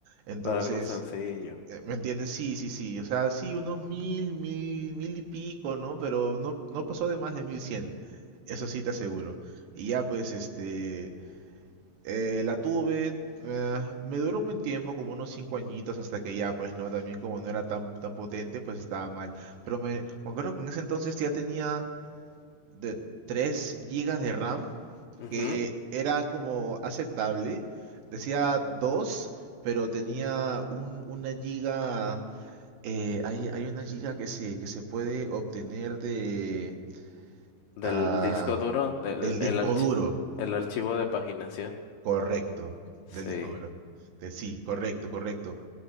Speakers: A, on the right (about 75°); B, on the left (about 75°).
A: Entonces,
B: para algo sencillo.
A: eh, ¿Me entiendes? Sí, sí, sí. O sea, sí, unos mil, mil, mil y pico, ¿no? Pero no, no pasó de más de mil cien. Eso sí te aseguro. Y ya, pues, este, eh, la tuve. eh, me duró un buen tiempo, como unos cinco añitos, hasta que ya, pues, no, también como no era tan, tan potente, pues estaba mal. Pero me, me acuerdo que en ese entonces ya tenía de 3 gigas de RAM,
B: Ujú,
A: que era como aceptable. Decía 2 pero tenía un, una giga eh, hay, hay una giga que se, que se puede obtener de,
B: Del
A: ah,
B: disco duro, del
A: del disco
B: el archi-
A: duro,
B: el archivo de paginación.
A: correcto,
B: Sí.
A: del disco duro. De, sí, correcto, correcto.